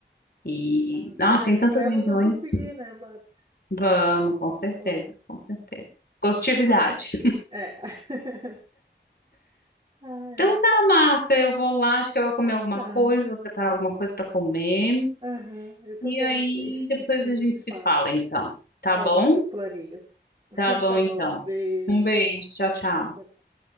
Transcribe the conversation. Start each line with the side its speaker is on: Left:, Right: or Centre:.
Left: E,
Right: Ah, se
Left: ah,
Right: Deus
Left: tem tantas
Right: quiser,
Left: regiões.
Right: nós vamos conseguir, né, Bárbara?
Left: Vamos, com certeza,
Right: Lá.
Left: com certeza. Positividade.
Right: É. <laughs> Ah, é.
Left: Então tá, Marta, eu
Right: Então,
Left: vou lá, acho que eu vou comer alguma
Right: tá.
Left: coisa, vou preparar alguma coisa para comer.
Right: Aham, eu também
Left: E aí
Right: aqui.
Left: depois
Right: <laughs> A
Left: a
Right: gente
Left: gente
Right: se
Left: se
Right: fala.
Left: fala, então. Tá
Right: Faz
Left: bom?
Right: nossos planinhos. <laughs>
Left: Tá bom,
Right: Tá
Left: então.
Right: bom, beijo.
Left: Um beijo, tchau,
Right: Beijo,
Left: tchau.
Right: Tchau, tchau.